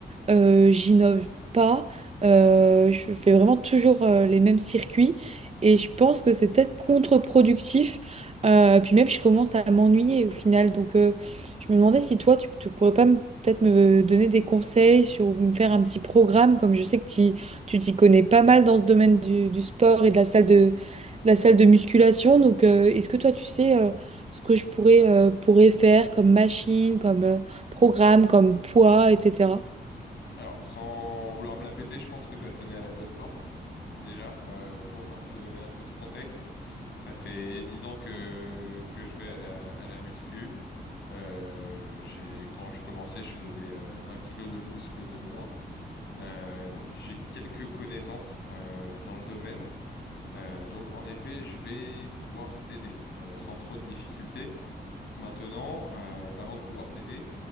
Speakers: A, on the right; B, on the left.
A: euh, j'innove pas, euh, je fais vraiment toujours euh, les mêmes circuits et je pense que c'est peut-être contre-productif. Euh, puis même, je commence à m'ennuyer au final. Donc, euh, je me demandais si toi, tu, tu pourrais pas me- peut-être me donner des conseils sur ou me faire un petit programme, comme je sais que t'y- tu t'y connais pas mal dans ce domaine du, du sport et de la salle de, de la salle de musculation. Donc, euh, est-ce que toi, tu sais euh, ce que je pourrais, euh, pourrais faire comme machine, comme euh, programme, comme poids, etc.
B: Alors, sans vouloir me la péter, je pense que tu as sonné à la bonne porte, déjà, euh, pour <laughs> te donner un peu de contexte. Ça fait dix ans que, que je vais à la, à la muscu. Euh, j'ai, quand je commençais, je faisais euh, 20 kilos de muscles de moins. Euh, donc, j'ai quelques connaissances euh, dans le domaine. Euh, donc, en effet, je vais pouvoir t'aider euh, sans trop de difficultés. Maintenant, euh, avant de pouvoir t'aider,